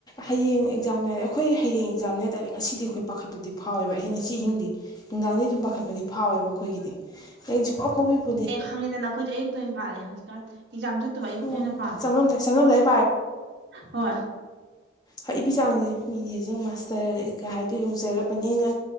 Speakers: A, on the left; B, on the right.
A: ꯍꯌꯦꯡ ꯑꯦꯛꯖꯥꯝꯅꯦ ꯍꯥꯏ ꯑꯩꯈꯣꯏ ꯍꯌꯦꯡ ꯑꯦꯛꯖꯥꯝꯅꯦ ꯍꯥꯏꯇꯥꯔꯦ ꯉꯁꯤꯗꯤ ꯑꯩꯈꯣꯏ ꯄꯥꯈꯠꯄꯨꯗꯤ ꯐꯥꯎꯋꯦꯕ ꯑꯍꯤꯡ ꯉꯁꯤ ꯑꯍꯤꯡꯗꯤ ꯅꯨꯡꯗꯥꯡꯗꯤ ꯑꯗꯨꯝ ꯄꯥꯈꯠꯄꯗꯤ ꯐꯥꯎꯋꯦꯕ ꯑꯩꯈꯣꯏꯒꯤꯗꯤ ꯀꯗꯤ ꯁ ꯀ ꯐꯥꯎꯕꯤꯕꯨꯅꯦ
B: ꯈꯪꯉꯦꯗ ꯅꯈꯣꯏꯗ ꯑꯌꯨꯛꯇ ꯑꯣꯏꯅ ꯄꯥꯔꯦ ꯍꯧꯖꯤꯛꯀ ꯑꯦꯛꯥꯝ ꯌꯨꯛꯇꯅ
A: ꯑꯣ
B: ꯄꯥꯜꯂꯦ
A: ꯆꯪꯉꯝꯗꯥꯏ ꯆꯪꯉꯝꯗꯥꯏ
B: ꯍꯣꯏ
A: ꯍꯏꯕ ꯆꯥꯡꯁꯦ ꯃꯤꯒꯤꯖꯤꯛ ꯃꯥꯁꯇꯔ ꯀ ꯍꯥꯏꯗꯣ ꯌꯧꯖꯔꯕꯅꯤꯅ